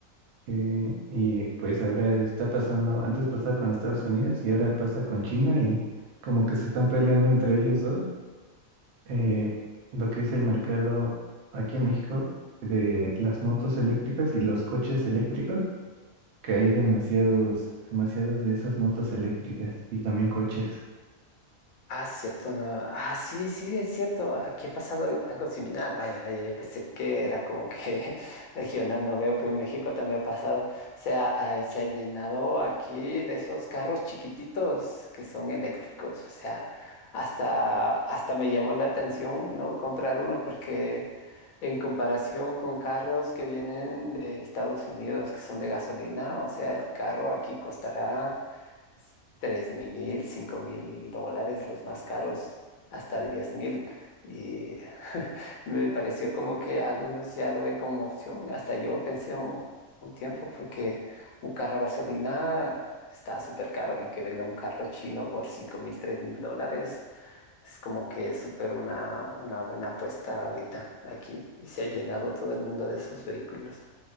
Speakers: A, on the right; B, on the left.
A: eh, y pues ahora está pasando, antes pasaba con Estados Unidos y ahora pasa con China y como que se están peleando entre ellos dos. eh, lo que es el mercado aquí en México de las motos eléctricas y los coches eléctricos, que hay demasiados, demasiadas de esas motos eléctricas y también coches.
B: Ah, cierto, no. Ah, sí, sí, es cierto. Aquí ha pasado algo algo similar. Vaya, vaya, yo pensé que era como que <laughs> regional. No veo que en México también ha pasado. O sea, ah, se ha llenado aquí de esos carros chiquititos que son eléctricos. O sea, hasta, hasta me llamó la atención no comprar uno porque En comparación con carros que vienen de Estados Unidos, que son de gasolina, o sea, el carro aquí costará tres mil, cinco mil dólares, los más caros, hasta diez mil. Y <laughs> me pareció como que algunos ya lo ven como opción. Hasta yo pensé un, un tiempo, porque un carro a gasolina está súper caro y que venga un carro chino por cinco mil, tres mil dólares. Es como que es súper una, una buena apuesta ahorita aquí y se ha llenado todo el mundo de esos vehículos.